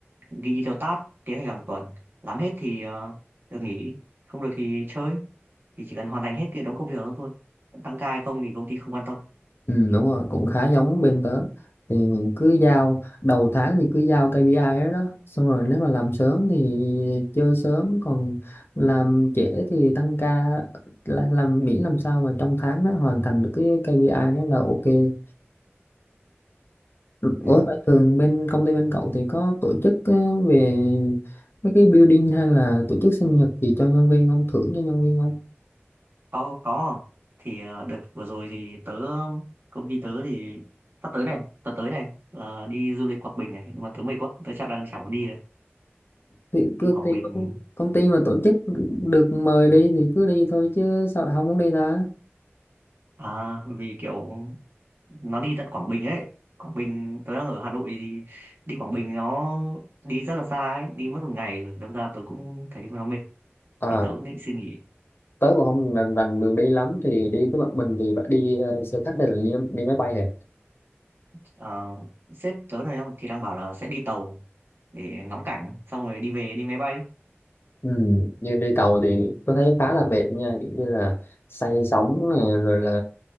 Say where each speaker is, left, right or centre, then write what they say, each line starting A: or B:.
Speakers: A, on the right; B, on the left.
A: ghi theo task kế hoạch hàng tuần làm hết thì ờ, được nghỉ không được thì chơi thì chỉ cần hoàn thành hết thì đóng công việc đó thôi tăng ca hay không thì công ty không quan tâm
B: Ừ, đúng rồi cũng khá giống bên tớ thì mình cứ giao đầu tháng thì cứ giao KPI đó, đó xong rồi nếu mà làm sớm thì chơi sớm còn làm trễ thì tăng ca là làm miễn làm sao mà trong tháng nó hoàn thành được cái KPI đó là ok Ủa
A: ừ.
B: phải thường bên công ty bên cậu thì có tổ chức ờ, về mấy cái building hay là tổ chức sinh nhật gì cho nhân viên không thưởng cho nhân viên không
A: có có thì ờ, đợt vừa rồi thì tớ công ty tớ thì sắp tới này tuần tới này là đi du lịch Quảng Bình này nhưng mà tớ mệt quá tớ chắc đang chẳng muốn đi rồi
B: thì
A: đi
B: công
A: Quảng
B: ty
A: Bình
B: công công ty mà tổ chức được mời đi thì cứ đi thôi chứ sao lại không muốn đi ta
A: à, vì kiểu nó đi tận Quảng Bình ấy Quảng Bình tôi đang ở Hà Nội thì đi Quảng Bình nó đi rất là xa ấy đi mất một ngày rồi đâm ra tôi cũng thấy nó mệt
B: à,
A: nên tớ cũng định xin nghỉ
B: tớ cũng không rành, rành đường đi lắm thì đi với bạn mình thì bạn đi ờ, xe khách hay là đi, đi máy bay hả
A: Ờ, sếp tớ này đang- thì đang bảo là sẽ đi tàu để ngắm cảnh xong rồi đi về đi máy bay
B: ừ. nhưng đi tàu thì tôi thấy khá là mệt nha kiểu như là say sóng này rồi là